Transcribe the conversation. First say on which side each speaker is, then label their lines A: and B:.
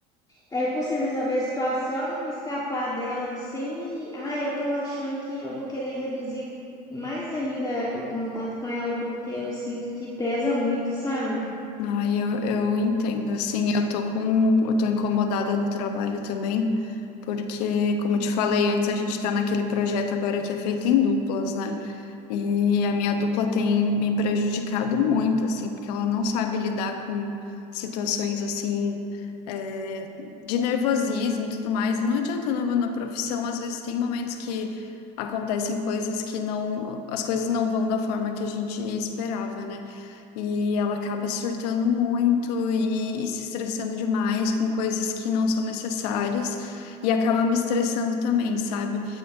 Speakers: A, on the left; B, on the left.
A: Aí eu consigo resolver a situação, me escapar dela assim. E, ai, eu tô achando que eu vou querer reduzir mais ainda o contato com ela, porque eu sinto que pesa muito, sabe?
B: Ai, eu, eu entendo, assim, eu tô com, eu tô incomodada no trabalho também, porque, como eu te falei antes, a gente tá naquele projeto agora que é feito em duplas, né? E a minha dupla tem me prejudicado muito, assim, porque ela não sabe lidar com situações, assim, é, de nervosismo e tudo mais. E não adianta, não, na profissão, às vezes tem momentos que acontecem coisas que não, as coisas não vão da forma que a gente esperava, né? e ela acaba surtando muito e, e se estressando demais com coisas que não são necessárias e acaba me estressando também, sabe?